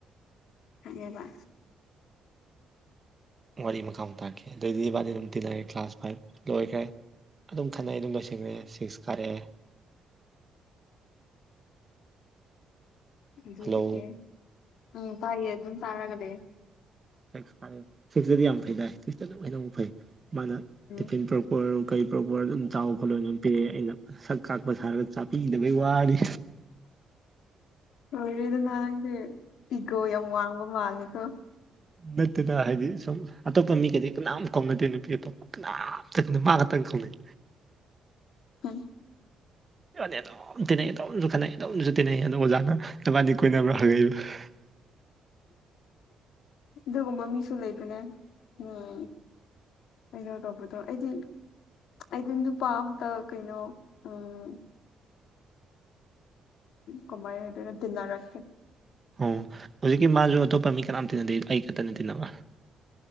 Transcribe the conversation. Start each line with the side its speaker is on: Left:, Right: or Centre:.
Left: ꯊꯕ
Right: ꯋꯥꯔꯤ ꯃꯈꯥ ꯇꯥꯈꯤ ꯑꯗꯨꯏꯗꯤ ꯃꯥꯕꯥꯗꯤ ꯑꯗꯨꯝ ꯇꯤꯟꯅꯔꯦ ꯀ꯭ꯂꯥꯁ ꯐꯥꯏꯚ ꯂꯣꯏꯈ꯭ꯔꯦ ꯑꯗꯨꯝ ꯈꯟꯅꯅꯩ ꯑꯗꯨꯝ ꯂꯣꯏꯁꯜꯉꯦ ꯁꯤꯛꯁ ꯀꯥꯔꯛꯑꯦ
Left: ꯑꯗꯨꯗ
Right: ꯍꯜꯂꯣ
Left: ꯑꯗꯨꯀꯦ ꯎꯝ ꯇꯥꯏꯌꯦ ꯑꯗꯨ ꯑꯗꯨꯝ ꯇꯥꯔꯒꯂꯦ
Right: ꯁꯤꯛꯁ ꯈꯥꯏ ꯁꯤꯛꯁꯇꯗꯤ ꯌꯥꯝ ꯐꯩ ꯇꯥꯏ ꯁꯤꯛꯁꯇ ꯑꯗꯨꯝ ꯍꯅ ꯐꯩ ꯃꯥꯅ
Left: ꯎꯝ
Right: ꯇꯤꯐꯤꯟ ꯄ꯭ꯔꯛꯄ ꯑꯣꯏꯔ ꯀꯩ ꯄ꯭ꯔꯣꯄꯔ ꯑꯗꯨꯝ ꯆꯥꯎꯕ ꯈꯣꯠꯂꯂꯣꯟ ꯑꯗꯨꯝ ꯄꯤꯔꯛꯑꯦ ꯑꯩꯅ ꯁꯛ ꯀꯥꯛꯄ ꯁꯥꯔꯒ ꯆꯥꯛꯄꯤꯈꯤꯗꯕꯒꯤ ꯋꯥꯅꯤ
Left: ꯂꯣꯏꯔꯦꯗꯅ ꯅꯪꯗꯤ ꯏꯒꯣ ꯌꯥꯝ ꯋꯥꯡꯕ ꯃꯥꯜꯂꯦꯀꯣ
Right: ꯅꯠꯇꯦꯗ ꯍꯥꯏꯗꯤ ꯁ ꯑꯇꯣꯞꯄ ꯃꯤꯒꯩꯗꯤ ꯀꯅꯥꯝ ꯀꯥꯎꯅꯗꯦ ꯅꯨꯄꯤ ꯑꯇꯣꯞꯄ ꯀꯅꯥꯝꯇꯪꯪ ꯃꯥ ꯈꯛꯇꯪ ꯀꯥꯎꯅꯩ
Left: ꯎꯝ
Right: ꯑꯗꯨꯝ ꯇꯤꯟꯅꯩ ꯑꯗꯨꯧꯝꯁꯨ ꯈꯠꯅꯩ ꯇꯧꯝꯁꯨ ꯇꯤꯟꯅꯩꯌꯦ ꯑꯗꯣ ꯑꯣꯖꯥꯅ ꯅꯕꯥꯅꯤ ꯀꯣꯏꯅꯕ꯭ꯔꯥ ꯍꯪꯉꯛꯏꯕ <unintelligible>
Left: ꯑꯗꯨꯒꯨꯝꯕ ꯃꯤꯁꯨꯣ ꯂꯩꯕꯅꯦ ꯎꯝ ꯑꯩꯅꯣ ꯇꯣꯛꯄꯔꯗꯣ ꯑꯩꯗꯤ ꯑꯩꯗꯗꯨꯄꯥꯝꯇ ꯀꯩꯅꯣ ꯎꯝ ꯀꯃꯥꯏꯗ ꯇꯗꯤꯟꯅꯔꯛꯦ
Right: ꯑꯣ ꯍꯧꯖꯤꯛꯀꯤ ꯃꯥꯁꯨ ꯑꯇꯣꯞꯄ ꯃꯤ ꯀꯅꯥꯝꯇꯤꯟꯅꯗꯦ ꯑꯩ ꯈꯛꯇꯅ ꯇꯤꯟꯅꯕ